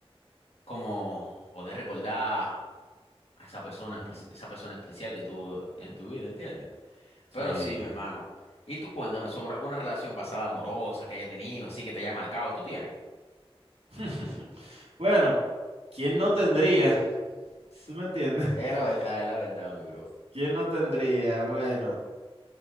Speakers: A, on the left; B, on the right.
A: como poder recordar a esa persona,
B: ujú.
A: espe- esa persona especial que tuvo en tu vida, ¿entiendes?
B: Sí.
A: Pero sí, mi hermano. Y tú cuéntame sobre alguna relación pasada amorosa que haya tenido, así que te haya marcado. ¿Tú tienes?
B: <laughs> Bueno, ¿quién no tendría?
A: So-
B: ¿Tú me entiendes? <laughs>
A: Es la verdad, es la verdad, mi bro.
B: ¿Quién no tendría? Bueno,